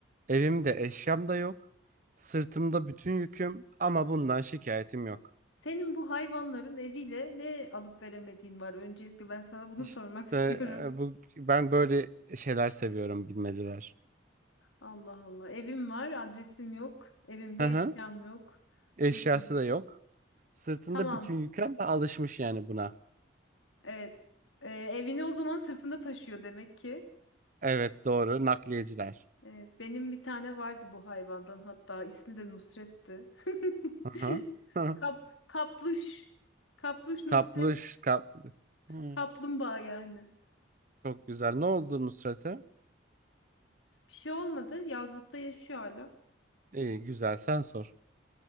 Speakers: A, on the right; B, on the left.
A: Evimde eşyam da yok. Sırtımda bütün yüküm ama bundan şikayetim yok.
B: Senin bu hayvanların eviyle ne alıp veremediğin var? Öncelikle ben sana bunu
A: İşte
B: sormak <laughs> istiyorum.
A: e, bu ben böyle şeyler seviyorum bilmeceler.
B: Allah Allah. Evim var, adresim yok. Evimde
A: Hı hı.
B: eşyam yok. Sırtım.
A: Eşyası da yok. Sırtında
B: Tamam.
A: bütün yükü ama alışmış yani buna.
B: Evet. Ee, evini o zaman sırtında taşıyor demek ki.
A: Evet doğru nakliyeciler.
B: Evet, benim bir tane vardı bu hayvandan hatta ismi de Nusret'ti. <laughs>
A: Hı hı. Hı.
B: Kap, kapluş. Kapluş
A: <laughs>
B: Nusret.
A: Kaplış kap. Hmm,
B: Kaplumbağa yani.
A: çok güzel. Ne oldu Nusret'e?
B: Bir şey olmadı. Yazlıkta yaşıyor hala.
A: İyi güzel sen sor.